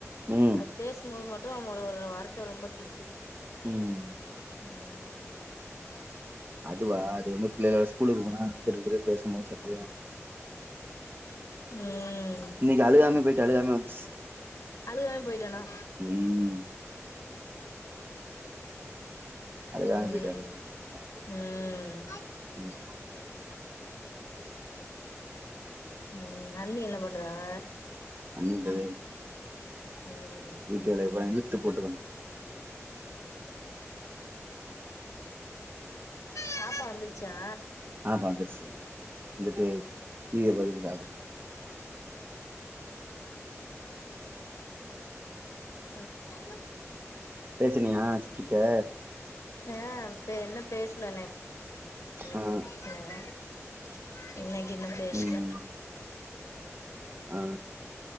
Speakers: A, on the right; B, on the left.
A: ம்
B: அது பேசும்போது மட்டு அம் ஒரு ஒரு வார்த்த ரொம்ப திக்குது
A: ம்
B: ம் ம்
A: அதுவா அது வந்து பிள்ளைக ஸ்குலுக்கு போனா திரும்ப திரும்ப பேசும் போது சரியாயிடு
B: ம்
A: இன்னிக்கு அழுகாமே போயிட்டு அழுகாமே வந்துச்சு
B: அழுகாம போயிட்டானா
A: ம் அழுகாம
B: ம்
A: போயிட்டு அழுகாம வந்துட்டேன்
B: ம்
A: <inaudible>
B: ஆஹ <inaudible> ம் அண்ணி என்ன பண்றாக
A: அண்ணி து
B: ம்
A: வீட்டு வேலைய பூரா இழுத்து போட்டு
B: பாப்பா வந்துருச்சா
A: பாப்பா வந்துருச்சு வந்துட்டு டீவிய பாத்துட்டு சாப்
B: ஹ ம்
A: பேசுனியா <inaudible> கிட்ட
B: ஆ இப்ப என்ன பேஸ்னனே அன்னைக்கு
A: ஆ
B: <inaudible> இன்னைக்கு இன்னு பேஸ்ல
A: ம் ஆ